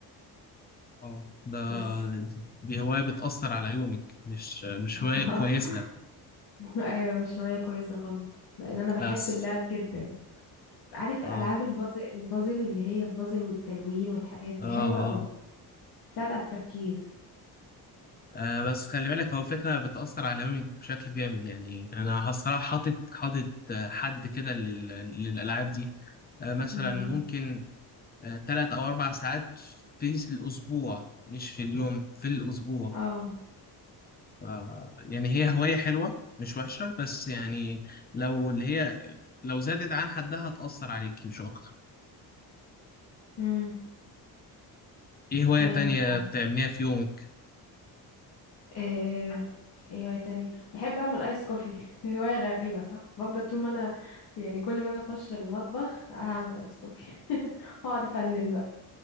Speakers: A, on the left (about 25°); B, on the left (about 65°).
A: اه ده
B: بس
A: دي دي هوايه بتاثر على يومك مش مش هوايه
B: <laughs>
A: كويسه
B: اه ايوه مش هوايه كويسه خالص لان انا بحب
A: بس
B: اللعب جدا عارف
A: اه
B: العاب البازل البازل اللي هي البازل والتلوين والحاجات دي
A: اه اه
B: حلوه قوي بتساعد على التركيز
A: آه، بس خلي بالك هو فكرة بتأثر على يومك بشكل جامد يعني أنا الصراحة حاطط حاطط آه، حد كده لل- للألعاب دي آه، مثلا
B: امم
A: ممكن ثلاث أو أربع ساعات في الأسبوع مش في اليوم في الأسبوع
B: اه
A: ف يعني هي هواية حلوة مش وحشة بس يعني لو اللي هي لو زادت عن حدها هتأثر عليكي مش أكتر
B: امم
A: إيه هواية
B: ايوه
A: تانية
B: فعلا
A: بتعمليها في يومك؟
B: إيه ايه هواية تاني بحب اعمل ايس كوفي <laughs> هواية غريبة صح بفضل طول ما انا يعني كل ما اجي اخش المطبخ هعمل ايس كوفي <laughs> اقعد افنن بقى